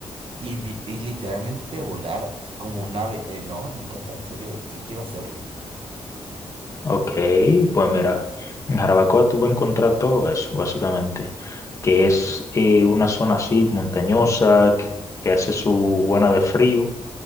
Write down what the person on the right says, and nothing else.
y, vi- y literalmente volar como un ave. Eh, no, me encanta, en serio, sí quiero hacerlo.